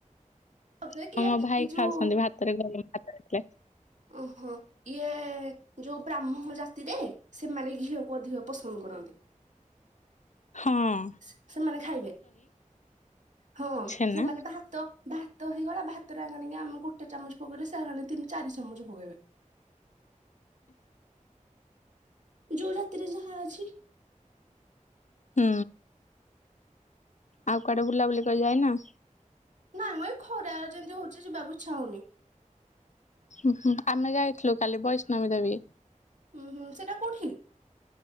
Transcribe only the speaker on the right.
ଖାଉଥିବେ
କିଏ
ଏଇ ଯୋଉ
ଓହୋ ଇଏ ଯୋଉ ବ୍ରାହ୍ମଣ ଜାତିରେ ସେମାନେ ଘିଅକୁ ଅଧିକ ପସନ୍ଦ କରନ୍ତି।
ସ୍ ସେମାନେ ଖାଇବେ ହଁ
ସେମାନେ ଭା ତ ଭାତ ହେଇଗଲା ଭାତରେ ଆଙ୍କା ନେଇଗା ଆମେ ଗୋଟେ ଚାମଚ ପକେଇଲେ ସେ ଆଣି ତିନି ଚାରି ଚାମଚ ପକେଇବେ। ଯୋଉ ଜାତିରେ ଯାହା ଅଛି।
ନା ମ ଏଇ ଖରାରା ଯେମତି ହୋଉଚି ଯିବାକୁ ଇଚ୍ଛା ହୋଉନି।
ଉଁହୁଁ ସେଇଟା କୋଉଠି?